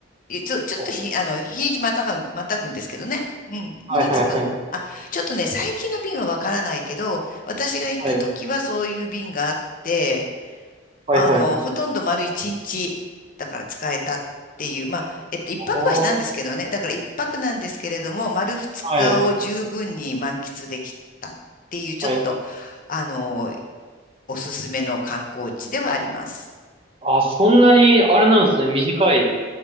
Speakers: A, on the left; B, on the right.
A: えちょ、ちょっとひ、
B: おー
A: あの、日にちまたが、またぐんですけどね。うん、
B: はいはいはい。
A: に着くん。あ、ちょっとね、最近の便はわからないけど、私が行った時はそういう便があって、
B: はい。はいはいはい。
A: あの、ほとんど丸一日、だから使えたっていう、まあ、えっと、一泊はしたんですけどね、
B: おー。
A: だから一泊なんですけれども、丸二日を十分に満喫できたっていう、
B: はい。
A: ちょっと、
B: はい。
A: あの、おすすめの観光地ではあります。
B: あ、そんなに、あれなんですね。短い